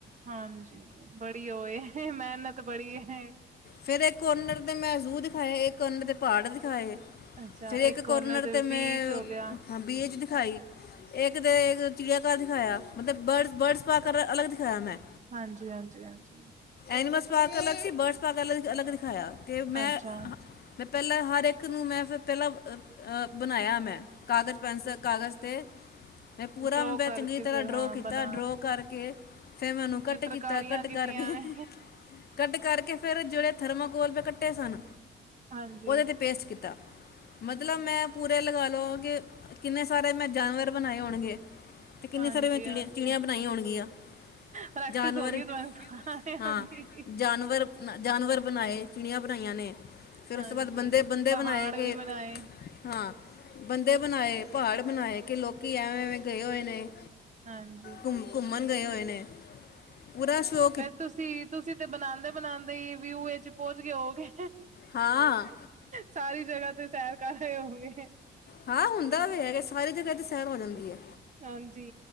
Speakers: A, on the right; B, on the left.
A: ਹਾਂਜੀ, ਬੜੀ ਓ ਏ ਮਿਹਨਤ ਬੜੀ ਏ।
B: ਫੇਰ ਇੱਕ ਕੋਰਨਰ ਤੇ ਮੈਂ ਜ਼ੂ ਦਿਖਾਏ, ਇੱਕ ਕੋਰਨਰ ਤੇ ਪਹਾੜ ਦਿਖਾਏ।
A: ਅੱਛਾ
B: ਫੇਰ ਇੱਕ ਕੋਰਨਰ
A: ਉਹਨਾਂ ਦੇ
B: ਤੇ ਮੈਂ
A: ਬੀਚ ਹੋ ਗਿਆ
B: ਹਾਂ, ਬੀਜ ਦਿਖਾਈ ਇੱਕ ਤੇ ਇੱਕ ਚਿੜੀਆਘਰ ਦਿਖਾਇਆ। ਮਤਲਬ ਬਰਡਸ -ਬਰਡਸ ਸਪਕਰ ਅਲਗ ਦਿਖਾਇਆਂ ਮੈਂ
A: ਹਾਂਜੀ-ਹਾਂਜੀ, ਹਾਂਜੀ।
B: ਐਨੀਮਲਸ ਸਪਾਕ ਅਲੱਗ ਸੀ ਬਰਡਸ ਸਪਾਕ ਅ ਅਲੱਗ ਦਿਖਾਇਆ, ਤੇ ਮੈਂ
A: ਅੱਛਾ
B: ਮੈਂ ਪਹਿਲਾਂ ਹਰ ਇੱਕ ਨੂੰ ਮੈਂ ਫਿਰ ਪਹਿਲਾਂ ਅ -ਅ ਬਣਾਇਆ ਮੈਂ। ਕਾਗਜ਼ ਪੈਨਸਲ ਕਾਗਜ਼ 'ਤੇ। ਮੈਂ ਪੂਰਾ
A: ਡਰੋ
B: ਮੈਂ
A: ਕਰਕੇ
B: ਚੰਗੀ ਤਰ੍ਹਾਂ
A: ਫਿਰ
B: ਡਰੋ
A: ਹਾਂ
B: ਕੀਤਾ,
A: ਬਣਾ
B: ਡਰੋ ਕਰਕੇ ਫਿਰ ਮੈਨੂੰ ਕੱਟ
A: ਚਿੱਤਰਕਾਰੀਆਂ
B: ਕੀਤਾ ਕੱਟ
A: ਕੀਤੀਆਂ
B: ਕਰਕੇ
A: ਨੇ
B: ਕੱਟ ਕਰਕੇ ਫਿਰ ਜਿਹੜੇ ਥਰਮਾਕੋਲ ਮੈ ਕੱਟੇ ਸਨ।
A: ਹਾਂਜੀ
B: ਉਹਦੇ 'ਤੇ ਪੇਸਟ ਕੀਤਾ। ਮਤਲਬ ਮੈਂ ਪੂਰੇ ਲਗਾ ਲਓ ਕਿ ਕਿੰਨੇ ਸਾਰੇ ਮੈਂ ਜਾਨਵਰ ਬਣਾਏ ਹੋਣਗੇ। ਤੇ ਕਿੰਨੇ
A: ਹਾਂਜੀ
B: ਸਾਰੇ ਮੈਂ ਚਿੜੀ
A: ਹਾਂਜੀ
B: ਚਿੜੀਆਂ ਬਣਾਈਆਂ ਹੋਣਗੀਆਂ,
A: ਪ੍ਰੈਕਟਿਸ
B: ਜਾਨਵਰ
A: ਹੋ <inaudible>
B: ਹਾਂ,
A: ਦੀ
B: ਜਾਨਵਰ- ਜਾਨਵਰ ਬਣਾਏ, ਚਿੜੀਆਂ ਬਣਾਈਆਂ ਨੇ। ਫਿਰ
A: ਹਾਂਜੀ
B: ਉਸਤੋ ਬਾਅਦ ਬੰਦੇ -ਬੰਦੇ
A: ਪਹਾੜ
B: ਬਣਾਏ ਕੇ,
A: ਵੀ ਬਣਾਏ
B: ਹਾਂ। ਬੰਦੇ ਬਣਾਏ, ਪਹਾੜ ਬਣਾਏ ਕਿ ਲੋਕੀ ਐਵੇਂ -ਐਵੇਂ ਗਏ ਹੋਏ ਨੇ।
A: ਹਾਂਜੀ।
B: ਘੁੰਮ ਘੁੰਮਣ ਗਏ ਹੋਏ ਨੇ, ਪੂਰਾ ਸ਼ੌ
A: ਫੇਰ ਤੁਸੀਂ -ਤੁਸੀਂ ਤੇ ਬਣਾਦੇ -ਬਣਾਉਦੇ ਈ ਵਿਊਏ ਚ ਪਹੁੰਚ ਗੇ ਹੋਵੋਗੇ।
B: ਹਾਂ।
A: ਸਾਰੀ ਜਗ੍ਹਾ ਤੇ ਸੈਰ ਕਰ ਆਏ ਹੋਵੋਗੇ।
B: ਹਾਂ, ਹੁੰਦਾ ਤੇ ਹੈਗਾ, ਸਾਰੇ ਜਗਾਂ ਤੇ ਸੈਰ ਹੋ ਜਾਂਦੀ ਐ।
A: ਹਾਂਜੀ।